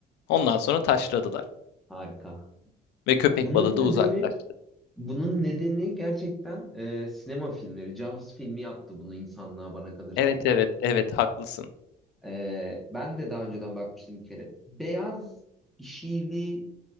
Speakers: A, on the left; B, in the centre.
A: ondan sonra taşladılar
B: harika.
A: ve köpek
B: Bunun
A: balığı
B: nedeni
A: da uzaklaştı.
B: bunun nedeni gerçekten e, sinema filmleri. Jaws filmi yaptı bunu insanlığa bana kalırsa.
A: Evet evet evet haklısın.
B: E, ben de daha önceden bakmıştım bir kere. Beyaz işili